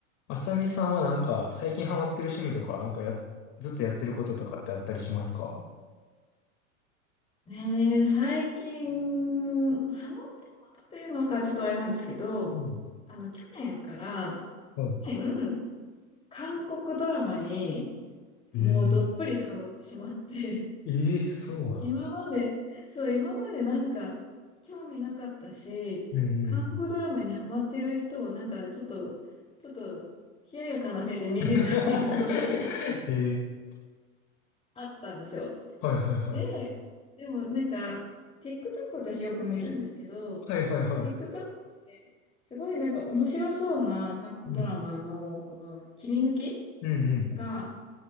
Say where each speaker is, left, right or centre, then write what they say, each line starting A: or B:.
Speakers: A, on the left (about 45°); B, on the left (about 15°).
A: あさみさんはなんか最近ハマってる趣味とか、なんかや、ずっとやってることとかってあったりしますか
B: ねえ最近、ハマってることというのかちょっとあれなんですけど、
A: うん。
B: あの、去年から、
A: はい
B: 去年、韓国ドラマに
A: ええ
B: もうどっぷりハマってしまって、<laughs>
A: えーそうなの
B: 今まで、そう、今までなんか、興味なかったし、
A: うんうん。
B: 韓国ドラマにハマってる人をなんか、ちょっと、ちょっと、冷ややかな目で見てたっていうのが、
A: <laughs>
B: こう、
A: えー
B: あったんですよ。
A: はいはいはい。
B: で、でもなんか、TikTok 私よく見るんですけど、
A: はいはいは
B: TikTok ですごいなんか面白そうな韓国ドラマのこの切り抜き
A: い。うん。うんうん。
B: が